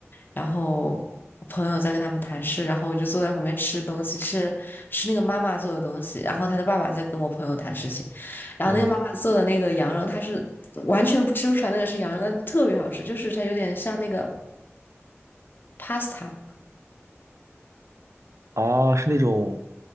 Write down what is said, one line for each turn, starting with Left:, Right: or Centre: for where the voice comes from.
Left: 然后我朋友在跟他们谈事，然后我就坐在旁边吃东西，吃吃那个妈妈做的东西，然后他的爸爸在跟我朋友谈事情，然后那个妈妈做的那个羊肉，
Right: 嗯，
Left: 它是完全不吃不出来那个是羊肉，但特别好吃，就是它有点像那个 pasta，
Right: 啊，是那种